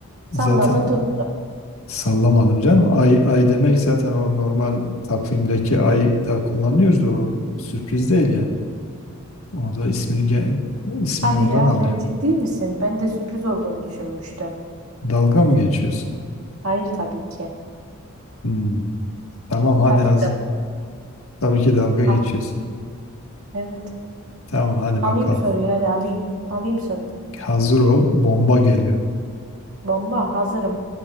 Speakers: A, on the right; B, on the left.
A: Salladın
B: zaten
A: tut.
B: sallamadım canım. Ay, ay demek zaten o normal takvimdeki ay da kullanıyoruz. da O sürpriz değil yani. Orada ismini ge- ismini
A: Hadi
B: oradan
A: ya
B: alıyor.
A: sen ciddi misin? Ben de sürpriz olduğunu düşünmüştüm.
B: Dalga mı geçiyorsun?
A: Hayır tabii ki.
B: Hmm, Tamam hadi
A: Tabii
B: hazır.
A: ki. de-
B: Tabii ki dalga
A: Ah
B: geçiyorsun.
A: evet.
B: Tamam hadi
A: Alayım
B: bakalım.
A: soruyu hadi alayım. Alayım soruyu.
B: Hazır ol, bomba geliyor.
A: Bomba hazırım.